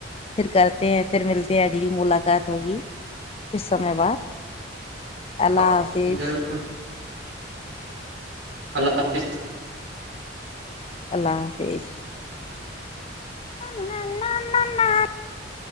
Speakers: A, on the left; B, on the right.
A: پھر کرتے ہیں پھر ملتے ہیں اگلی ملاقات ہوگی اس میں باد اللہ
B: <unintelligible>
A: حافظ
B: <inaudible> اللہ حافظ
A: اللہ حافظ <unintelligible>